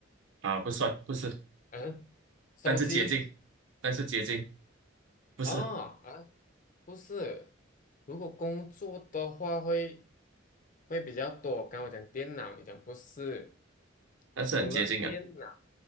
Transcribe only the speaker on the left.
嗯，手机
哦，啊，不是，如果工作的话会会比较多。刚刚我讲电脑，你讲不是，
除了电脑